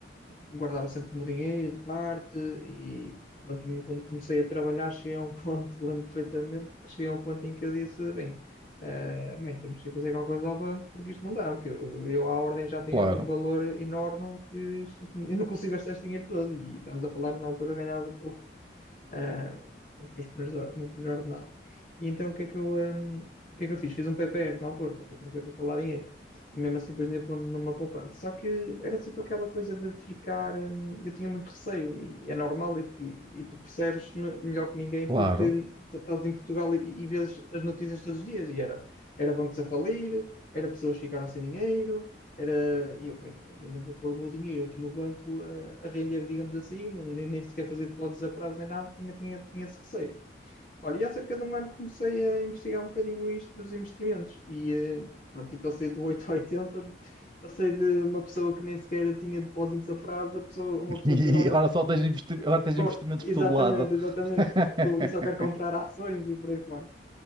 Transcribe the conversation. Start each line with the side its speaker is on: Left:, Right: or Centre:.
Left: guardava sempre o meu dinheiro de parte e pronto, e quando comecei a trabalhar cheguei a um ponto, <laughs> lembro perfeitamente que cheguei a um ponto em que eu disse, bem, eh, mãe, temos que ir fazer alguma coisa ao banco porque isto não dá, porque eu, eu à ordem já tenho
Right: Claro,
Left: aqui um valor enorme que isto- eu não consigo gastar este dinheiro todo e estamos a falar na altura eu ganhava pouco ah, os meus primeiros, o meu primeiro ordenado. E então o que é que eu, ah, o que é que eu fiz? Fiz um PPR na altura, pronto, e comecei a preparar dinheiro. E mesmo assim depois nem pondo numa poupança. Só que era sempre aquela coisa de ficar. hum, eu tinha muito receio, e é normal, e tu, e tu percebes me- melhor que ninguém
Right: claro.
Left: porque t- estás em Portugal e, e vês as notícias todos os dias. E era, era bancos a falir, era pessoas que ficaram sem dinheiro, era, e eu, bem, eu não vou pôr o meu dinheiro aqui no banco a, a render, digamos assim, não, nem, nem sequer fazer depósitos a prazo nem nada, tinha, tinha, tinha esse receio. Olha, e há cerca de um ano comecei a investigar um bocadinho isto dos investimentos e, eh, pronto, e passei do 8 a 80, passei de uma pessoa que nem sequer tinha depósitos a prazo a pessoa, uma
Right: <laughs>
Left: pessoa
Right: E
Left: que agora,
Right: agora só tens investi- agora tens
Left: com-
Right: investimentos
Left: exatamente,
Right: por todo lado.
Left: exatamente,
Right: <laughs>
Left: com- só quer comprar ações e por aí fora.